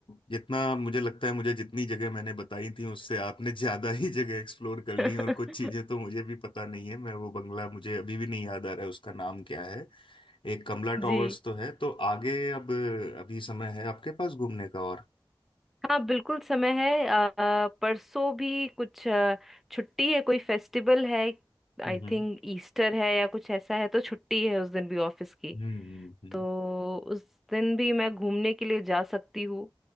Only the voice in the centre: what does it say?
<laughs>
जी
हाँ बिल्कुल समय है अ, परसों भी कुछ अ, छुट्टी है कोई फेस्टिवल है आई
थिंक ईस्टर है या कुछ ऐसा है तो छुट्टी है उस दिन भी ऑफिस की
तो उस दिन भी मैं घूमने के लिए जा सकती हूँ